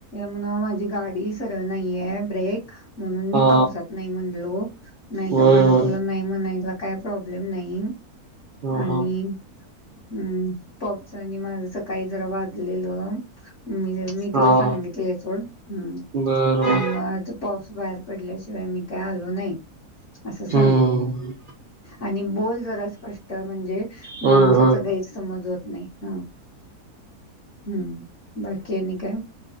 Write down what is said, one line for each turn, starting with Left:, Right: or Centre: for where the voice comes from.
Left: म्ह माझी गाडी सर्ळ नाहीये ब्रेक म्हणून मी
Right: हा
Left: पावसात नाही म्हणलो नाहीत
Right: होय
Left: मला
Right: होय
Left: तुला नाही म्हणायला लागत काय प्रॉब्लेम नाही
Right: हा
Left: आणि
Right: हा
Left: हम्म पॉपचनी माझच काही जरा वाजलेलं मी तिला
Right: हा
Left: सांगितले सोड ह
Right: बर
Left: त्यामु
Right: बर
Left: पा बाहेर पडल्याशिवाय मी काय आलो नाही असं
Right: हम्म
Left: सांग आणि बोल जरा स्पष्ट म्हणजे
Right: होय
Left: माणसाच
Right: होय
Left: गैरसमज होत नाही हा हम्म बाकी आणिनी काय